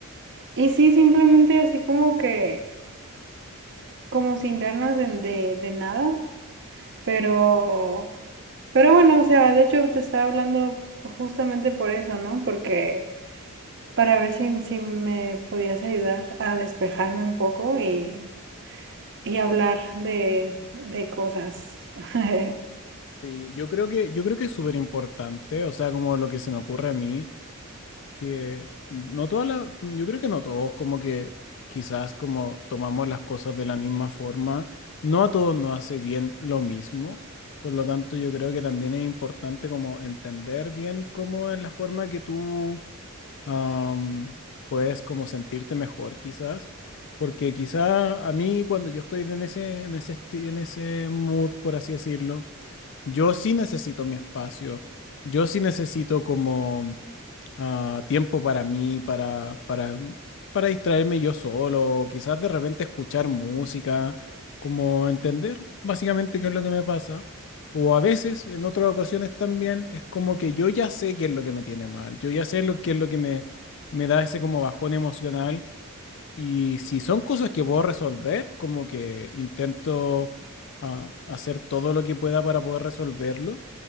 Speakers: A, on the right; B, on the left.
A: y sí, simplemente así como que, como sin ganas de, de, de nada, pero, pero bueno, o sea, de hecho te estaba hablando justamente por eso, ¿no? Porque... para ver si, si me podías ayudar a despejarme un poco y, y hablar de, de cosas. <laughs>
B: sí, yo creo que, yo creo que es súper importante, o sea, como lo que se me ocurre a mí. que no todas las, yo creo que no todos, como que quizás como tomamos las cosas de la misma forma, no a todos nos hace bien lo mismo. Por lo tanto, yo creo que también es importante como entender bien cómo es la forma que tú am, puedes como sentirte mejor quizás. Porque quizás a mí cuando yo estoy en ese, en ese, esti- en ese mood, por así decirlo, yo sí necesito mi espacio, yo sí necesito como ah, tiempo para mí, para, para, para distraerme yo solo, quizás de repente escuchar música, como entender básicamente qué es lo que me pasa. O a veces, en otras ocasiones también, es como que yo ya sé qué es lo que me tiene mal, yo ya sé lo, qué es lo que me, me da ese como bajón emocional y si son cosas que puedo resolver, como que intento ah, hacer todo lo que pueda para poder resolverlo,